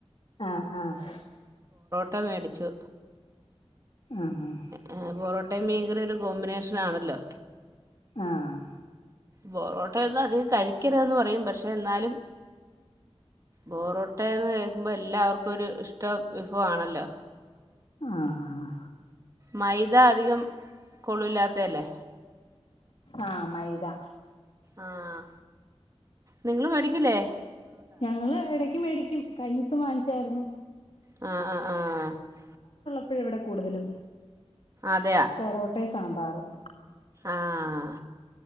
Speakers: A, on the left; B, on the right.
A: ആഹ് ആഹ്
B: ട്ട മേടിച്ചു
A: ആഹ് ആഹ്
B: ആ ബൊറോട്ടയും മീകറി ഒരു കോമ്പിനേഷൻ ആണല്ലോ
A: ആഹ്
B: പൊറോട്ട ഒന്നും അധികം കഴിക്കരുന്ന് പറയും പക്ഷെ പക്ഷെ എന്നാലും ബോറോട്ടന്ന് കേൾക്കുമ്പോൾ എല്ലാവർക്കും ഒരു ഇഷ്ട വിഭവമാണല്ലോ
A: ആഹ്
B: മൈദ അധികം കൊള്ളൂല്ലാത്തല്ലേ
A: ആഹ് മൈദാ
B: ആഹ് നിങ്ങള് മേടിക്കില്ലേ
A: ഞങ്ങള് ഇടയ്ക്ക് മേടിക്കും കഴിഞ്ഞ ദിവസം വാങ്ങിച്ചായിരുന്നു
B: ആ ആ ആ
A: എപ്പോഴ വിടെ കൂടുതലും
B: അതെയാ
A: പൊറോട്ടേ സാംമ്പറും
B: ആഹ്